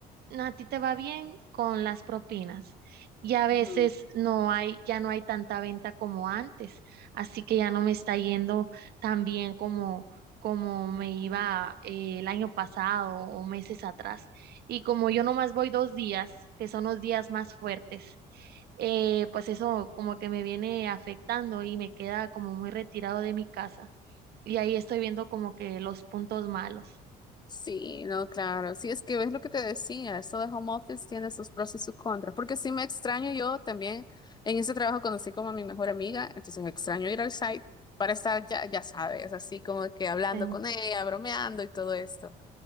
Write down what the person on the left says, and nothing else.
ujú.
Sí, no, claro. Sí, es que ves lo que te decía, eso de home office tiene sus pros y sus contras, porque sí me extraño yo también, en ese trabajo conocí como a mi mejor amiga, entonces me extraño ir al site para estar, ya, ya sabes, así como que hablando
con ella, bromeando y todo esto.